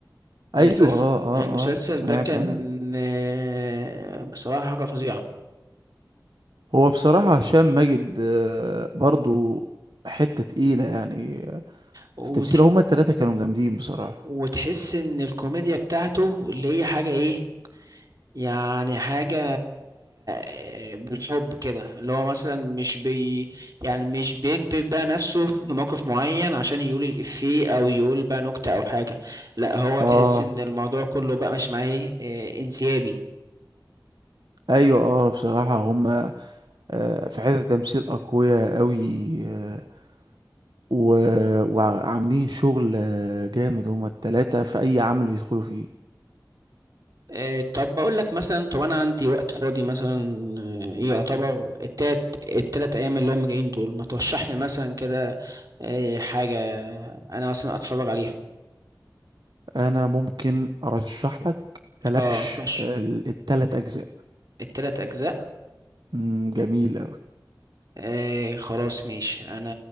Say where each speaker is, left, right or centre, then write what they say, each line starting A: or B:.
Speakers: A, on the right; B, on the right.
A: المسلسل
B: ايوه اه اه
A: المسلسل
B: اه سمعته
A: ده كان
B: انا
A: آه، بصراحة حاجة فظيعة
B: هو بصراحة هشام ماجد آه، برضو حتة تقيلة يعني
A: وتح-
B: في تمثيله هما التلاتة كانوا جامدين بصراحة
A: وتحس إن الكوميديا بتاعته اللي هي حاجة إيه يعني حاجة آه، بالحب كده اللي هو مثلا مش بي يعني مش بيكبر بقى نفسه <laughs> في موقف معين عشان يقول الإفيه أو يقول بقى نكتة أو حاجة لا هو
B: اه
A: تحس إن الموضوع كله بقى مش معاه إيه آه، انسيابي
B: ايوه اه بصراحة هما آه، في حتة تمثيل اقوياء قوي آه، و... وعاملين شغل آه، جامد هما التلاتة في اي عمل بيدخلوا فيه
A: آه، طب بقول لك مثلا طب أنا عندي وقت فاضي مثلا آه، يعتبر التلات التلات أيام اللي هم جايين دول ما ترشح لي مثلا كده آه، حاجة أنا مثلا أتفرج عليها
B: انا ممكن ارشح لك كلبش
A: اه ترشح
B: آه، التلات اجزاء
A: التلات أجزاء
B: مم، جميل قوي
A: ايه خلاص ماشي انا